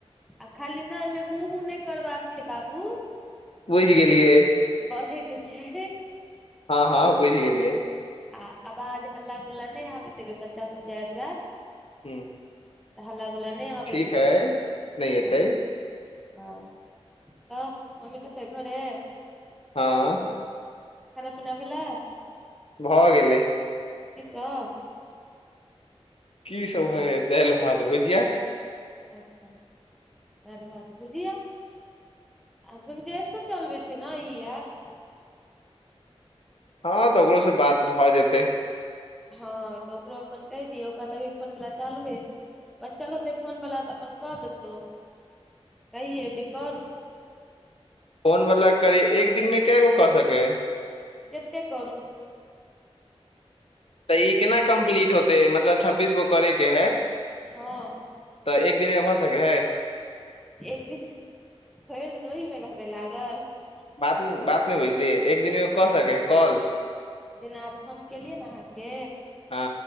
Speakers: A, in the centre; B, on the left.
A: आ खाली नइ ओमे हूँ हूँ नहि करबाक छै बाबू
B: बुझि गेलियै
A: बजे के छैय
B: हँ हँ बुझि गेलियै
A: आ आवाज हल्ला गुल्ला नहि आबे देबे बच्चा सब जे आबि जायत
B: हूँ
A: त हल्ला गुल्ला नहि अबै
B: ठीक
A: देबै
B: है नहि एतै
A: हँ हँ त मम्मी कत अय घरे
B: हँ
A: खाना पीना भैलय
B: भऽ गेलै
A: की सब
B: की सब हय हे दालि भात भुजिया
A: अच्छा दालि भात भुजिया आ गुंजेशो चलबे छै ने ई ऐप
B: हँ तऽ ओकरो से बात भऽ जेतै
A: हँ तऽ ओकरो अपन कहि दियौ ओकरा तऽभी फोन वला चालू हे बच्चल होते फोन वला तऽ अपन कऽ देतौ कहिये जे करू
B: फोन वला करी एक दिन में के गो क सकै है
A: जेते करू
B: तऽ ई केना कम्प्लीट होतेै मतलब छब्बीस गो करेके है
A: हँ
B: तऽ एक दिन मे भऽ सकै हय
A: एक दिन भरि दिन ओहिमे रहबे लागल
B: बात बात नहि बुझली एक दिनमे कऽ सकेै है कॉल
A: जेना आब हम केलियै ने अहाँके
B: हँ